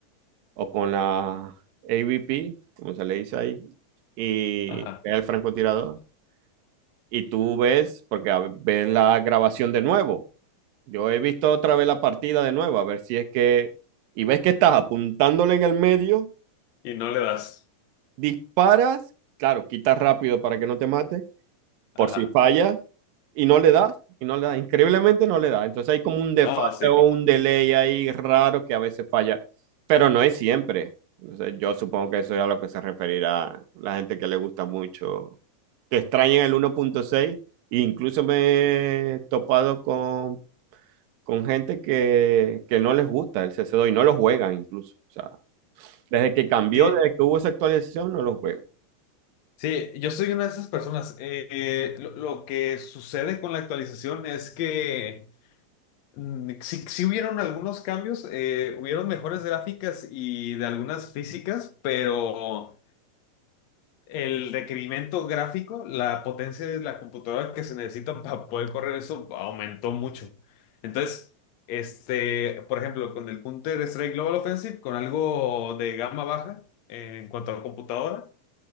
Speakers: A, on the right; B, on the left.
A: o con la A V P, como se le dice ahí, y
B: Ajá.
A: el francotirador. Y tú ves, porque a- ves la grabación de nuevo. Yo he visto otra vez la partida de nuevo, a ver si es que... Y ves que estás apuntándole en el medio,
B: Y no le das.
A: disparas, claro, quitas rápido para que no te mate por
B: Ajá.
A: si falla y no le da, y no le da, increíblemente no le da. Entonces hay como un desfase
B: No, sí.
A: o un delay ahí raro que a veces falla, pero no es siempre. Entonces yo supongo que eso es a lo que se referirá la gente que le gusta mucho, que extraña el 1.6. e Incluso me he topado con, con gente que, que no les gusta el cc dos y no lo juegan incluso. O sea, desde que cambió,
B: Sí,
A: desde que hubo esa actualización, no lo juegan.
B: sí, yo soy una de esas personas. Eh, eh, lo, lo que sucede con la actualización es que mm, sí, sí hubieron algunos cambios, eh, hubieron mejores gráficas y de algunas físicas, pero El requerimiento gráfico, la potencia de la computadora que se necesita para poder correr eso aumentó mucho. Entonces, este, por ejemplo, con el Counter-Strike Global Offensive, con algo de gama baja eh, en cuanto a computadora,